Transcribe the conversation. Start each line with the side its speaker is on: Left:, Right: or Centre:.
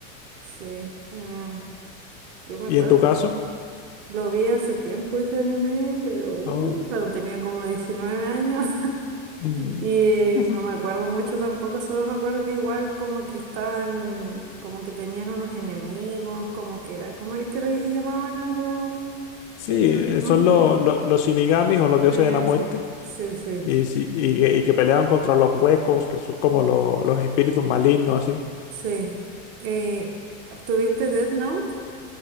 Right: Sí. Em, yo me
Left: ¿Y
Right: acuerdo
Left: en tu caso?
Right: que lo vi hace tiempo ese anime, pero uh,
Left: Oh,
Right: cuando tenía como 19 años.
Left: mm.
Right: Y
Left: <laughs>
Right: no me acuerdo mucho tampoco, solo me acuerdo que igual como que estaban, como que tenían unos enemigos, como que era, ¿cómo era que le llamaban a los?
Left: Sí,
Right: Tenían
Left: eh,
Right: un nombre.
Left: son los los los Shinigamis o los dioses
Right: Eso.
Left: de la muerte.
Right: Sí, sí,
Left: Y, sí, y, que y que peleaban contra los huecos, que son como lo- los espíritus malignos, así.
Right: sí. Eh, ¿tuviste Death Note?